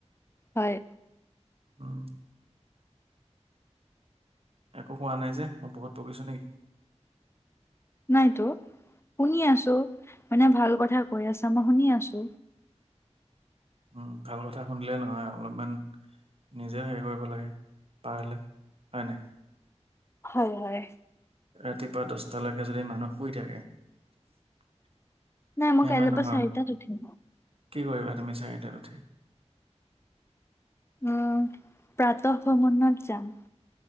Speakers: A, on the left (about 20°); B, on the right (about 55°).
A: হয়,
B: উম, একো কোৱা নাই যে মই বহুত বকিছো নেকি?
A: নাইতো। শুনি আছো মানে ভাল কথা কৈ আছা মই শুনি আছো।
B: উম, ভাল কথা শুনিলে নহয় অলপমান নিজেও হেৰি কৰিব লাগে পাৰালে হয় নাই।
A: হয়-হয়
B: ৰাতিপুৱা দচটালৈকে যদি মানুহ শুই থাকে সেই
A: নাই মই কাইলৈৰ
B: মানুহৰ
A: পৰা চাৰিটাত
B: কি
A: উঠিম।
B: কৰিবা? আমি চাৰিটাত উঠি
A: উম, প্ৰাত ভ্ৰমনত যাম।